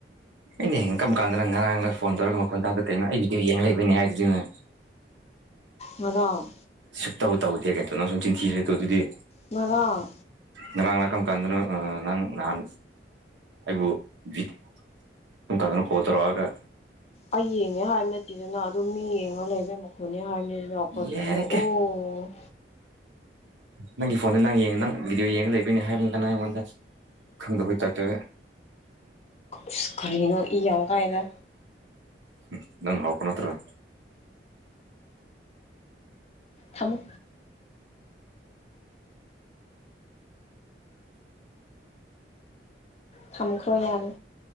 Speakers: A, on the right; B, on the left.
A: ꯑꯩꯅ ꯀꯔꯝ ꯀꯥꯟꯗ ꯉꯔꯥꯡꯅ ꯐꯣꯟ ꯇꯧꯔꯒ ꯃꯈꯣꯟ ꯇꯥꯕꯗꯥ ꯀꯩꯅꯣ ꯑꯩ ꯚꯗꯤꯑꯣ ꯌꯦꯡ ꯂꯩꯕꯩꯅꯤ ꯍꯥꯏꯗꯨꯗꯤ ꯅꯪ
B: ꯉꯔꯥꯡ
A: ꯁꯨꯛꯇꯩ ꯇꯧꯗꯦ ꯀꯥꯏꯗꯣ ꯅꯪꯁꯨ ꯆꯤꯟ ꯊꯤꯔꯦꯀꯣ ꯑꯗꯨꯗꯤ
B: ꯉꯔꯥꯡ
A: ꯉꯔꯥꯡ ꯀꯔꯝ ꯀꯥꯟꯗꯅꯣ ꯅꯪ ꯅꯍꯥꯟ ꯑꯩꯕꯨ ꯚꯤ ꯀꯔꯝ ꯀꯥꯟꯗ ꯀꯣꯜ ꯇꯧꯔꯛꯂꯒ
B: ꯑꯩ ꯌꯦꯡꯉꯦ ꯍꯥꯏꯕ ꯅꯠꯇꯦꯗꯅ ꯑꯗꯨꯝ ꯃꯤ ꯌꯦꯡꯉ ꯂꯩꯕꯦꯝꯃ ꯌꯦꯡꯉꯦ ꯍꯥꯏꯕꯅꯤꯅ ꯀꯔꯤꯅꯣ
A: ꯌꯥꯔꯦꯀꯦ
B: ꯑꯣ
A: ꯅꯪꯒꯤ ꯐꯣꯟꯗ ꯅꯪ ꯌꯦꯡꯉ ꯅꯪ ꯚꯤꯗꯤꯑꯣ ꯌꯦꯡꯉ ꯂꯩꯕꯅꯦ ꯍꯥꯏꯕꯅꯤ ꯅꯪ ꯑꯩꯉꯣꯟꯗ ꯈꯪꯗꯕꯩꯏ ꯇꯥꯏꯇ
B: ꯏꯁ ꯀꯔꯤꯅꯣ ꯏ ꯌꯥꯝ ꯀꯥꯏꯗ
A: ꯍꯪ ꯅꯪ ꯍꯧꯔꯛꯄ ꯅꯠꯇ꯭ꯔ
B: ꯊꯝꯃꯣ ꯊꯝꯈ꯭ꯔꯣ ꯌꯔꯦ